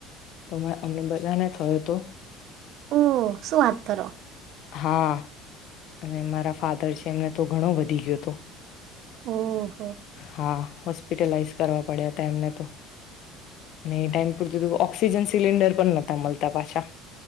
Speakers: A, on the left; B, on the right.
A: તો અમને બધાને થમે તો
B: ઓ શું વાત કરો
A: હા અને મારા ફાધર છે એમને તો ઘણો વધી ગયો હતો
B: ઓહો
A: હા હોસ્પિટલાઈઝ કરવા પડ્યા હતા એમને તો અને એ ટાઈમ પૂરતું ઓક્સિજન સિલિન્ડર પણ નતા મલતા પાછા